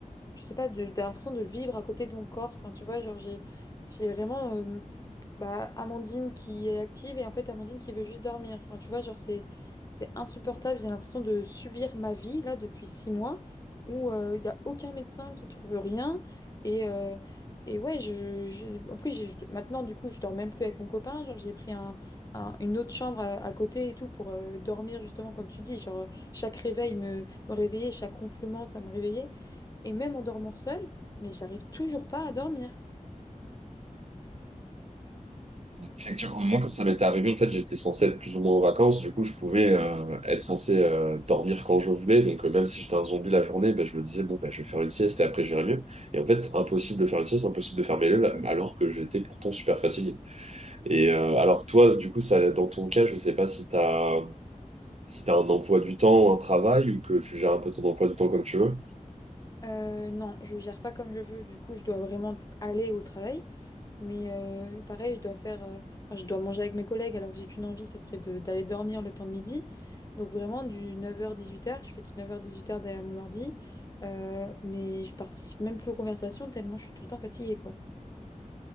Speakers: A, on the left; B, on the right.
A: je sais pas, de, de l'impression de vivre à côté de mon corps. Enfin, tu vois, genre, j'ai, j'ai vraiment euh, bah, Amandine qui est active et en fait Amandine qui veut juste dormir. Enfin, tu vois, genre, c'est, c'est insupportable. J'ai l'impression de subir ma vie là depuis six mois où euh, il n'y a aucun médecin qui trouve rien. Et, euh, et ouais, je, je- en plus, j'ai- maintenant, du coup, je dors même plus avec mon copain. Genre, j'ai pris un. un- une autre chambre à, à côté et tout pour euh, dormir justement comme tu dis genre chaque réveil me, me réveillait chaque ronflement ça me réveillait et même en dormant seule, mais j'arrive toujours pas à dormir.
B: Effectivement, moi, quand ça m'était arrivé, en fait, j'étais censé être plus ou moins en vacances. Du coup, je pouvais euh, être censé euh, dormir quand je voulais. Donc, euh, même si j'étais un zombie la journée, ben, je me disais, bon, ben, je vais faire une sieste et après, j'irai mieux. Et en fait, impossible de faire une sieste, impossible de faire mes leux, alors que j'étais pourtant super fatigué. Et euh, alors, toi, du coup, ça, dans ton cas, je sais pas si t'as, si t'as un emploi du temps, un travail, ou que tu gères un peu ton emploi du temps comme tu veux.
A: Euh, non, je gère pas comme je veux, du coup, je dois vraiment t- aller au travail. Mais euh, pareil, je dois faire, euh, enfin, je dois manger avec mes collègues alors que j'ai qu'une envie, ça serait de- d'aller dormir le temps de midi. Donc vraiment, du 9h-18h, je fais du 9h-18h derrière mon ordi. Euh, mais je participe même plus aux conversations tellement je suis tout le temps fatiguée, quoi.